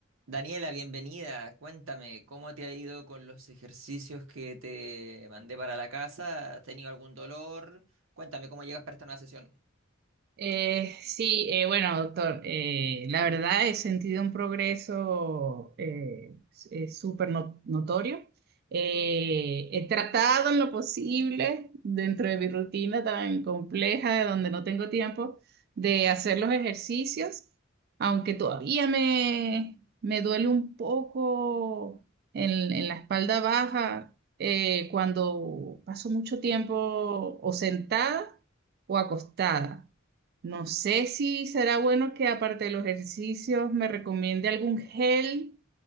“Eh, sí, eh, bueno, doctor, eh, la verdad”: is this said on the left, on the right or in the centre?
Right